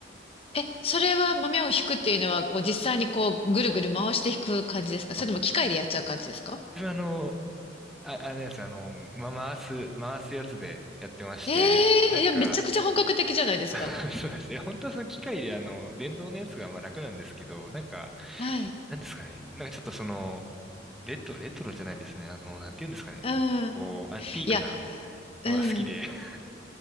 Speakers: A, on the left; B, in the centre.
A: え、それは豆を引くっていうのは、こう実際にこうぐるぐる回して引く感じですかそれとも機械でやっちゃう感じですか
B: あ、自分あの、あ、あのやつ、あの、ま、回す、回すやつでやってまして、
A: え
B: なんか、
A: えいや、めちゃくちゃ本格的じゃないですか。
B: <laughs> そうですね、本当はその機械であの、電動のやつがまあ楽なんですけど、なんか、
A: はい。
B: なんですかね、なんかちょっとその、レト、レトロじゃないですね、あの、なんて言うんですかね、
A: うん。
B: こう、アンティークな
A: いや、
B: のが好きで。
A: うん。
B: <laughs>